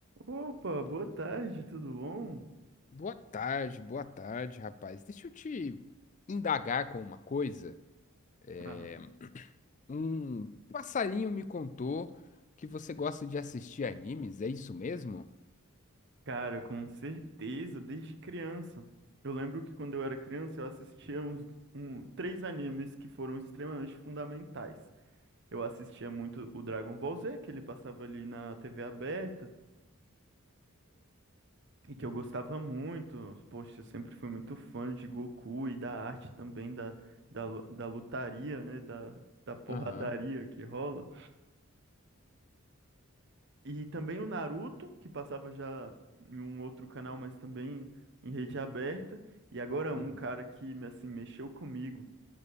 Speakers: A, on the right (about 50°); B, on the left (about 35°).
A: Opa, boa tarde, tudo bom?
B: Boa tarde, boa tarde, rapaz. Deixa eu te indagar com uma coisa. É,
A: Ah,
B: um passarinho me contou que você gosta de assistir animes, é isso mesmo?
A: cara, com certeza, desde criança. Eu lembro que quando eu era criança, eu assistia uns um, três animes que foram extremamente fundamentais. Eu assistia muito o Dragon Ball Z, que ele passava ali na TV aberta, e que eu gostava muito. Poxa, eu sempre fui muito fã de Goku e da arte também, da, da, lu- da lutaria, né? Da, da porradaria
B: Aham,
A: que rola. E também o Naruto, que passava já em um outro canal, mas também em rede aberta. E agora um
B: uhum,
A: cara que me- assim mexeu comigo,